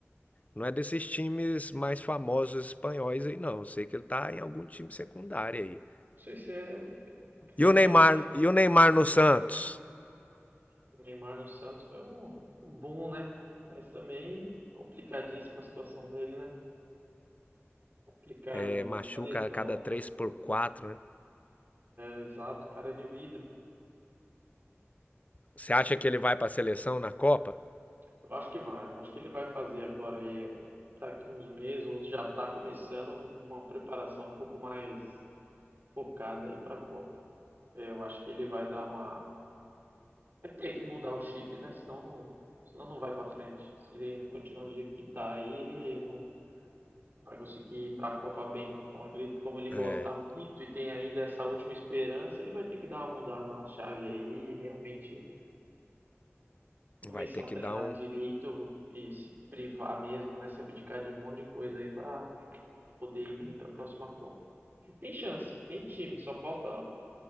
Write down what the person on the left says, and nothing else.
não é desses times mais famosos espanhóis aí, não. Eu sei que ele está em algum time secundário aí.
E o Neymar,
e o Neymar no Santos?
é, machuca
a cada 3
por 4, né?
Você acha que ele vai para a seleção na Copa?
É,
vai ter que
dar um.